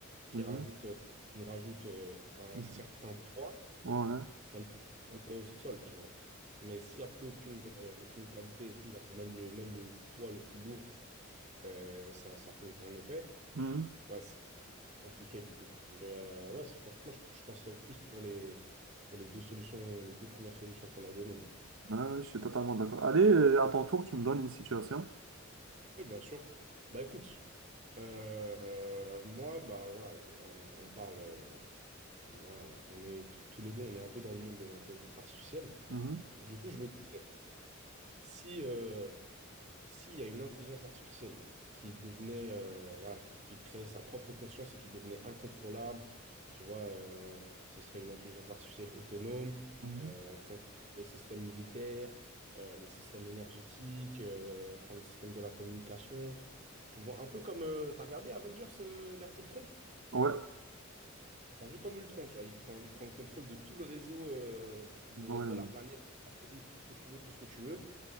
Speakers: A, on the right; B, on the right.
A: qui
B: Mhm.
A: rajoute, euh, qui nous rajoute euh, un
B: Ok.
A: certain poids,
B: Ouais.
A: ça nous prendrait au sol, tu vois. Mais s'il n'y a plus aucune, euh, aucune gravité et tout, genre c'est même le, même le poids le plus lourd, euh, ça, ça fait aucun effet.
B: Mhm.
A: Ouais, c'est compliqué du coup. Mais euh, ouais, c'est- franchement, je, je penserais plus pour les, pour les deux solutions, les deux premières solutions qu'on a données, moi.
B: Ouais, ouais, je suis totalement d'accord. Allez, euh, à ton tour, tu me donnes une situation.
A: Oui, bien sûr. Bah écoute, euh, moi, bah voilà, on, on parle, euh, voilà, on, on est tous tous les deux, on est un peu dans le monde de l'intelligence artificielle.
B: Mhm.
A: Du coup, je me disais, si, euh, s'il y a une intelligence artificielle qui devenait, euh, voilà, qui, qui créait sa propre conscience et qui devenait incontrôlable, tu vois, euh, ce serait une intelligence artificielle autonome,
B: Mhm.
A: euh, elle prend le contrôle des systèmes militaires, euh, les systèmes énergétiques, euh, elle prend les systèmes de la communication. Tu vois, un peu comme, euh, t'as regardé Avengers, euh, l'ère d'Ultron?
B: Ouais.
A: T'as vu comme Ultron, tu vois, il prend, il prend le contrôle de tout le réseau, euh, de,
B: Ouais,
A: de
B: ouais.
A: la planète, des satellites, tout ce que tu veux, tout ce que tu veux.